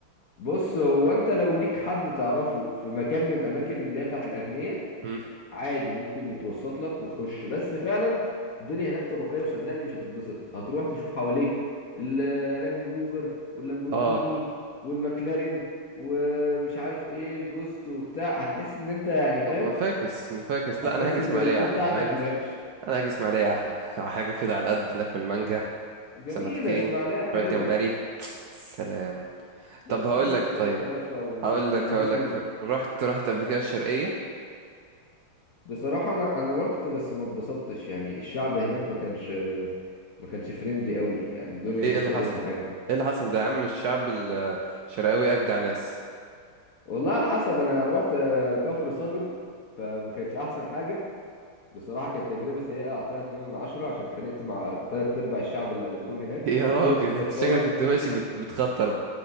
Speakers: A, on the left (about 55°); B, on the right (about 80°).
A: بص هو انت لو ليك حد تعرفه في مكان من اماكن اللي هي بتاعت الاغنياء
B: مم.
A: عادي ممكن يتوسط لك وتخش بس فعلا الدنيا هناك طبقية وصدقني مش هتتبسط هتروح تشوف حواليك الرانج روفر واللامبورجيني
B: اه
A: والمكلارين ومش عارف ايه الجوست وبتاع هتحس ان انت يعني فاهم
B: طب ما فاكس ما فاكس لا
A: هتحس
B: انا هاجي اسماعيليه
A: ان الرينو
B: احلى
A: بتاعتك
B: انا هاجي
A: ما
B: اسم-
A: جاتش
B: انا هاجي اسماعيليه احلى <laughs> حاجه كده على قد ناكل مانجا
A: جميلة
B: سمكتين
A: اسماعيلية حلوة
B: شويه جمبري <tsk> سلام
A: بس
B: طب هقول
A: ونلف
B: لك طيب
A: يا باشا لفة وفي
B: هقول
A: اللذيذ
B: لك هقول لك
A: منه
B: رحت رحت قبل كده الشرقيه
A: بصراحة انا انا رحت بس ما اتبسطتش يعني الشعب هناك ما كانش ما كانش فريندلي قوي يعني الدنيا
B: ليه
A: ما كانتش
B: ايه اللي حصل
A: ألذ حاجة
B: ايه اللي حصل ده يا عم الشعب الشرقاوي اجدع ناس
A: والله على حسب انا رحت آه، كفر صقر فما كانتش احسن حاجه بصراحه كانت تجربه سيئه اعطيها 2 من عشرة عشان اتخانقت مع تلات ارباع الشعب اللي قابلتهم هناك
B: <laughs> يا
A: والطرق
B: راجل
A: متكسره
B: انت شكلك كنت ماشي بت- بتخطر